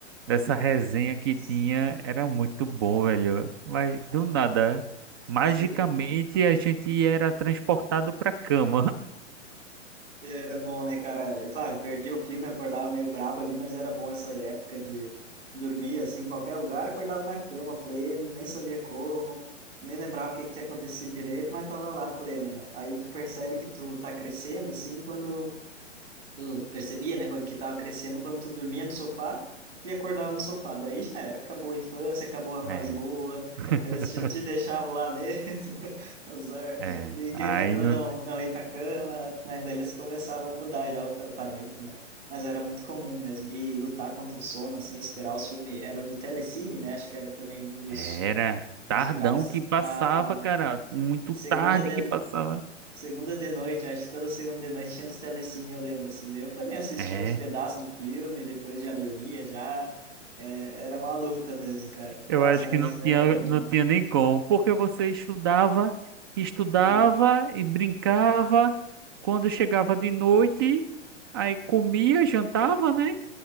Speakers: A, on the right; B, on the right.
A: dessa resenha
B: Nossa.
A: que tinha, era muito bom, velho. Mas
B: Rapaz,
A: do nada, magicamente
B: se...
A: a gente era transportado pra cama.
B: e era bom, né, cara? Claro, perdi o filme, acordava meio brabo ali, mas era bom essa época de dormir assim, em qualquer lugar, acordava na cama, pleno, nem sabia como, nem lembrava o que que tinha acontecido direito, mas tava lá pleno, né? Aí tu percebe que tu tá crescendo, assim, quando Tu percebia, né, que tava crescendo quando tu dormia no sofá e acordava no sofá. Daí já era, acabou a infância, acabou a
A: <laughs>
B: fase
A: É.
B: boa,
A: <laughs>
B: eles te, te deixavam lá mesmo, <laughs> azar,
A: É,
B: ninguém
A: aí
B: mandou
A: não
B: não, não ir pra cama, né? Daí eles começavam a mudar já o tratamento, né? Mas era muito comum mesmo. E lutar contra o sono, assim, esperar os filmes, era o do Telecine, né? Acho que era também um dos,
A: Era
B: dos
A: tardão
B: lugares
A: que passava,
B: na
A: cara. Muito
B: segunda
A: tarde que passava.
B: Segunda de noite, acho que toda segunda de noite tinha os telecine, eu lembro, assim. Daí eu também assistia
A: É,
B: uns pedaços do filme, depois já dormia, já. É, era uma luta mesmo, cara. Nossa,
A: eu acho
B: mas
A: que não
B: era
A: tinha,
B: bom demais.
A: não tinha nem como. Porque você estudava, estudava
B: É,
A: e brincava. Quando chegava de noite, aí comia, jantava, né?